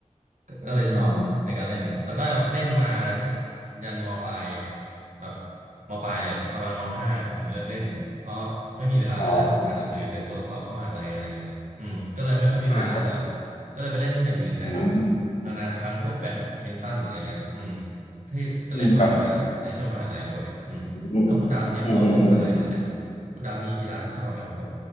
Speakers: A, on the right; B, on the left.
A: ก็ก็เลยชอบในการเล่นแล้วก็เล่นมา
B: อืมอืม
A: ยันมปลายแบบมปลายเลยอะประมาณมห้าถึงเลิกเล่นเพราะไม่มีเวลาเริ่มอ่านหนังสือเตรียมตัวสอบเข้ามหาลัยอะไรเงี้ยอืมก็เลยไม่ค่อยมีเวลาเล่นแล้ว
B: อ๋ออ่าครับ
A: ก็เลยไปเล่นอย่างอื่นแทนแบบ
B: อืม
A: นานๆครั้งพวกแบดมินตันอะไรเงี้ยอืมที่จะเล่นบ่อยมากในช่วงมหาลัยด้วยอืม
B: อืมครับอืม
A: แล้วคุณดามเนี่ยพอขึ้นมหาลัยมาเนี่ย
B: อืมอืมอืมอืม
A: คุณดามมีกีฬาที่ชอบไหมแบบ